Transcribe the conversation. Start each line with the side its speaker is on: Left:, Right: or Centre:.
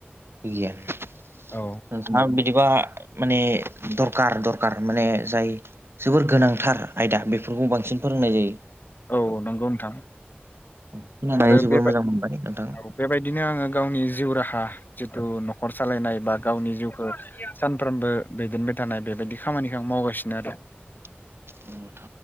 Right: <unintelligible>
Left: औ
Right: ना बिदिबा माने दरखार दरखार माने जाय जोबोर गोनांथार आयदा बेफोरखौ बांसिन फोरोंनाय जायो।
Left: औ नंगौ नोंथां।
Right: खोनानानै
Left: आरो
Right: जोबोर
Left: बे
Right: मोनबाय नोंथां।
Left: औ बेबायदिनो आङो गावनि जिउ राहा जिथु न'खर सालायनाय बा गावनि जिउखौ सानफ्रोमबो दैदेनबाय थानाय बेबायदि खामानिखौ आं मावगासि नो आरो।
Right: <inaudible>